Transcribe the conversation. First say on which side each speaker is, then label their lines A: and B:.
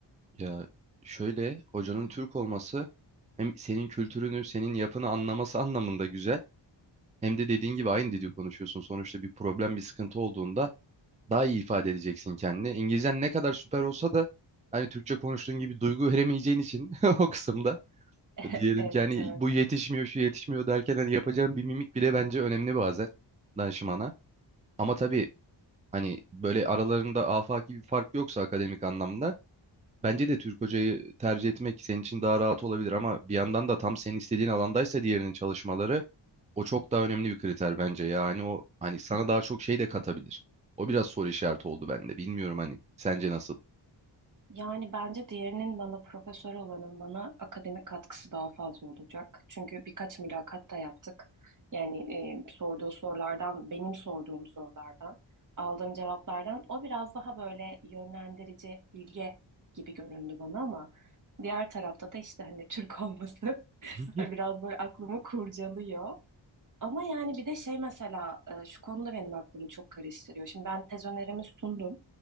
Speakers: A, on the right; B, on the right.
A: Ya şöyle hocanın Türk olması hem senin kültürünü, senin yapını anlaması anlamında güzel. Hem de dediğin gibi aynı dili konuşuyorsun. Sonuçta bir problem, bir sıkıntı olduğunda daha iyi ifade edeceksin kendini. İngilizcen ne kadar süper olsa da hani Türkçe konuştuğun gibi duygu veremeyeceğin için <laughs> o kısımda
B: <laughs>
A: diyelim
B: Evet
A: ki hani
B: evet.
A: bu yetişmiyor şu yetişmiyor derken hani yapacağın bir mimik bile bence önemli bazen danışmana. Ama tabii hani böyle aralarında afaki bir fark yoksa akademik anlamda bence de Türk hocayı tercih etmek senin için daha rahat olabilir ama bir yandan da tam senin istediğin alandaysa diğerinin çalışmaları o çok daha önemli bir kriter bence Yani o hani sana daha çok şey de katabilir. O biraz soru işareti oldu bende. Bilmiyorum hani. Sence nasıl?
B: Yani bence diğerinin bana profesör olanın bana akademik katkısı daha fazla olacak. Çünkü birkaç mülakat da yaptık. Yani e, sorduğu sorulardan, benim sorduğum sorulardan, aldığım cevaplardan o biraz daha böyle yönlendirici, bilge gibi göründü bana ama diğer tarafta da işte hani Türk olması
A: <laughs>
B: <laughs>
A: Hı
B: biraz
A: hı.
B: böyle aklımı kurcalıyor. Ama yani bir de şey mesela e, şu konuda benim aklımı çok karıştırıyor. Şimdi ben tez önerimi sundum.